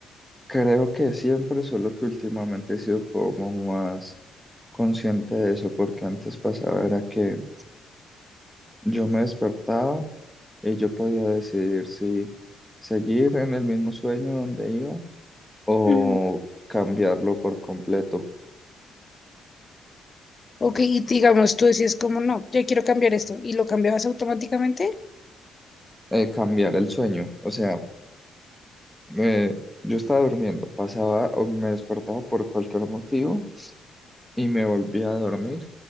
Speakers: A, in the centre; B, on the left (about 30°).
A: Creo que siempre, solo que últimamente he sido como más consciente de eso, porque antes pasaba era que yo me despertaba y yo podía decidir si seguir en el mismo sueño donde iba o
B: Ujú.
A: cambiarlo por completo,
B: Ok, y digamos, tú decías como no, yo quiero cambiar esto y lo cambiabas automáticamente.
A: eh, cambiar el sueño. O sea, eh, yo estaba durmiendo, pasaba o me despertaba por cualquier motivo y me volvía a dormir